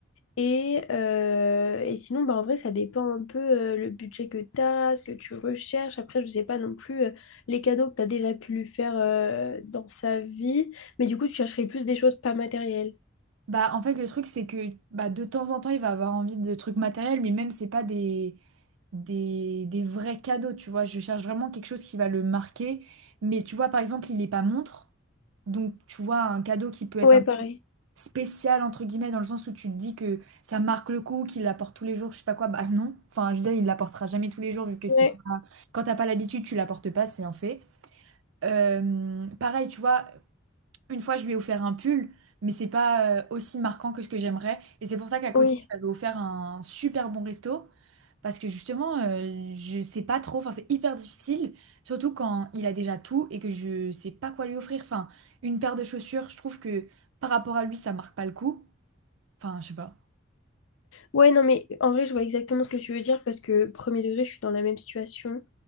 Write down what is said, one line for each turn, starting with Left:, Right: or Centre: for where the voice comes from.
Left: Et, euh, et sinon, bah, en vrai, ça dépend un peu euh, le budget que tu as, ce que tu recherches. Après, je sais pas non plus euh, les cadeaux que tu as déjà pu lui faire euh, dans sa vie. Mais du coup, tu chercherais plus des choses pas matérielles.
Right: Bah, en fait, le truc, c'est que bah, de temps en temps, il va avoir envie de trucs matériels, mais même, c'est pas des, des, des vrais cadeaux, tu vois. Je cherche vraiment quelque chose qui va le marquer. Mais tu vois, par exemple, il n'est pas montre. Donc, tu vois, un cadeau qui peut être
Left: Ouais,
Right: un
Left: pareil.
Right: spécial, entre guillemets, dans le sens où tu te dis que ça marque le coup, qu'il l'apporte tous les jours, je sais pas quoi. Bah non. Enfin, je veux dire, il l'apportera jamais tous les jours, vu que
Left: Ouais,
Right: c'est pas... Quand t'as pas l'habitude, tu l'apportes pas, c'est un fait. Euh, pareil, tu vois, une fois, je lui ai offert un pull, mais c'est pas euh, aussi marquant que ce que j'aimerais. Et c'est pour ça qu'à
Left: oui.
Right: côté, je lui avais offert un super bon resto. Parce que justement, euh, je sais pas trop, enfin, c'est hyper difficile, surtout quand il a déjà tout et que je sais pas quoi lui offrir. Enfin, une paire de chaussures, je trouve que par rapport à lui, ça marque pas le coup. Enfin, je sais pas.
Left: Ouais, non, mais en vrai, je vois exactement ce que tu veux dire parce que premier degré, je suis dans la même situation.